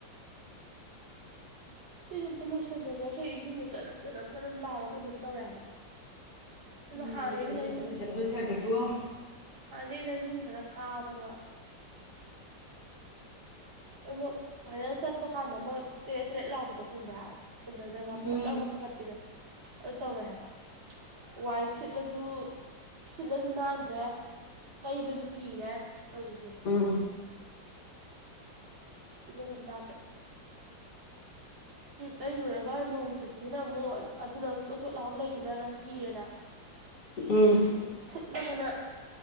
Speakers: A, on the right; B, on the left.
A: ꯁꯤꯁꯨ ꯑꯝꯇ ꯂꯣꯏꯁꯤꯟꯗ꯭ꯔꯗꯤ ꯑꯩꯈꯣꯏ ꯏꯃꯨꯡꯁꯦ ꯆꯥꯅꯞ ꯆꯥꯅꯞ ꯆꯥꯅꯞ ꯂꯥꯎꯔꯒ ꯀꯩꯅꯣꯝ ꯇꯧꯔꯦ ꯍꯥꯏꯕ
B: ꯃꯤꯗꯤ
A: ꯍꯥꯅꯒꯤ
B: ꯃꯌꯨꯝ ꯑꯅꯧꯕ
A: ꯂꯩꯅꯤꯟ
B: <unintelligible>
A: ꯍꯥꯟꯅꯗꯩ ꯂꯩꯅꯤꯟ ꯈꯥꯔ ꯀꯥꯕꯒ ꯑꯃꯨꯔꯛ ꯁꯨꯃꯥꯏꯅ ꯆꯠꯄ ꯀꯥꯟꯗ ꯑꯃ ꯆꯦꯔꯦꯠ ꯆꯦꯔꯦꯠ ꯂꯥꯎꯕꯗꯣ ꯈꯪꯕ꯭ꯔꯥ ꯁꯦꯟꯗꯜꯗꯒ
B: ꯎꯝ
A: ꯐꯛ ꯐꯛ ꯂꯥꯎꯅ ꯐꯀꯠꯄꯤꯗꯣ ꯑꯗꯨ ꯇꯧꯔꯦ ꯍꯥꯏꯕ ꯋꯥꯏ ꯁꯤꯠꯂꯁꯨ ꯁꯤꯠꯂꯁꯨ ꯅꯥꯟꯗ꯭ꯔꯦ ꯇꯩꯕꯁꯨ ꯀꯤꯔꯦ ꯇꯧꯔꯤꯁꯦ
B: ꯎꯝ
A: ꯐꯤꯕꯝ ꯑꯃ ꯇꯥꯗ꯭ꯔꯦ ꯇꯩꯔꯨꯔꯒ ꯅꯣꯡ ꯆꯨꯕꯅꯤꯅ ꯑꯃꯨꯛ ꯑꯗꯨꯅ ꯆꯣꯠ ꯆꯣꯠ ꯂꯥꯎꯔ ꯂꯩꯒꯤꯗ꯭ꯔꯥꯅ ꯀꯤꯔꯦꯅ
B: ꯎꯝ
A: <unintelligible> ꯁꯤꯠꯂꯒꯅ